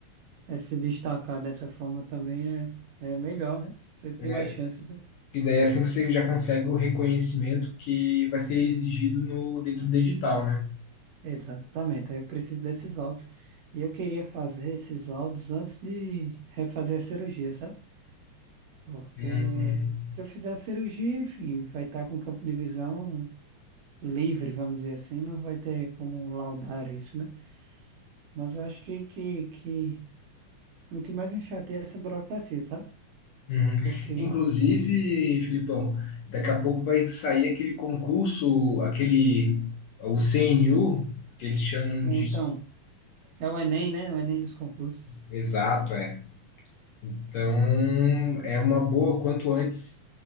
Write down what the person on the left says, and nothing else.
É,
e daí é assim você já consegue o reconhecimento que vai ser exigido no, dentro do edital, né?
Uhum.
Uhum.
Inclusive, Filipão, daqui a pouco vai sair aquele concurso, aquele, o CNU, que eles chamam
de
Exato, é. Então, é uma boa quanto antes